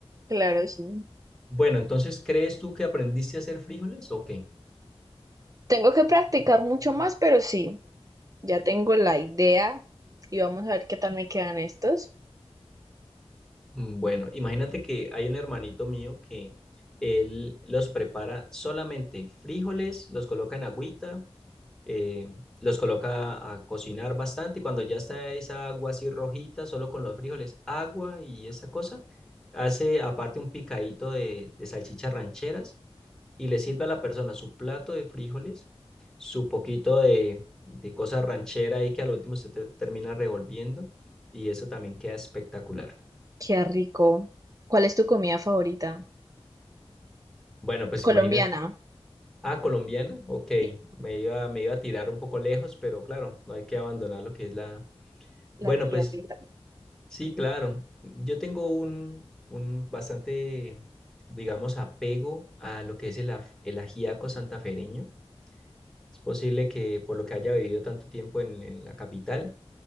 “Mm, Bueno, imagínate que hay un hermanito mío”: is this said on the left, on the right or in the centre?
Centre